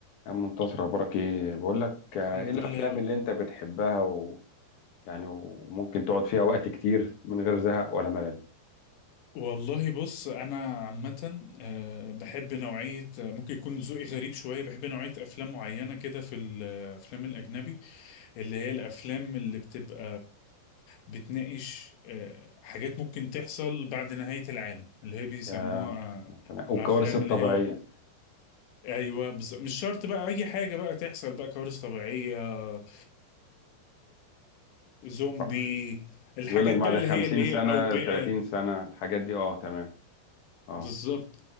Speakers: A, on the left (about 60°); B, on the left (about 80°).
A: يا عم منتصر اخبارك ايه بقول لك آه،
B: الحمد
A: ايه الافلام
B: لله والله
A: اللي انت بتحبها و... يعني وممكن تقعد فيها وقت كتير من غير زهق ولا ملل
B: والله بص انا عامه آه، بحب نوعيه آه، ممكن يكون ذوقي غريب شويه بحب نوعيه افلام معينه كده في الافلام الاجنبي اللي هي الافلام اللي بتبقى بتناقش آه، حاجات ممكن تحصل بعد نهايه العالم اللي هي بيسموها
A: يا...
B: آه،
A: والكوارث
B: افلام
A: الطبيعيه
B: اللي هي ايوه بز... مش شرط بقى اي حاجه بقى تحصل بقى كوارث طبيعيه آه، زومبي
A: بقى،
B: الحاجات
A: يقول لك بعد
B: بقى اللي
A: 50
B: هي اللي
A: سنه
B: هي اوبئه
A: 30 سنه الحاجات دي اه تمام اه
B: بالظبط